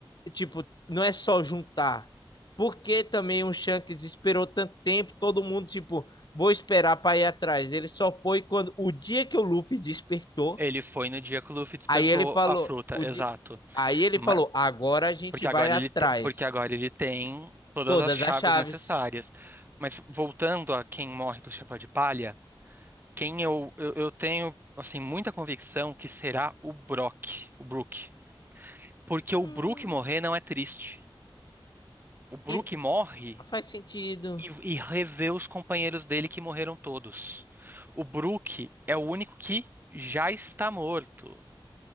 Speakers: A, on the left (about 55°); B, on the right (about 25°).
A: tipo, não é só juntar. Porque também o Shanks esperou tanto tempo, todo mundo, tipo, vou esperar para ir atrás. Ele só foi quando o dia que o Luffy despertou,
B: Ele foi no dia que o Luffy despertou
A: aí ele falou,
B: a fruta,
A: o
B: exato.
A: di... aí ele
B: Ma-
A: falou, agora a gente
B: porque
A: vai
B: agora
A: atrás.
B: ele, te- porque agora ele tem todas
A: Todas
B: as chaves
A: as chaves.
B: necessárias. Mas voltando a quem morre do chapéu de palha, quem eu, eu, eu tenho assim muita convicção que será o Brock, o Brook. Porque o
A: Hum,
B: Brook morrer não é triste. o Brook
A: e
B: morre
A: faz sentido.
B: e, e revê os companheiros dele que morreram todos. O Brook é o único que já está morto.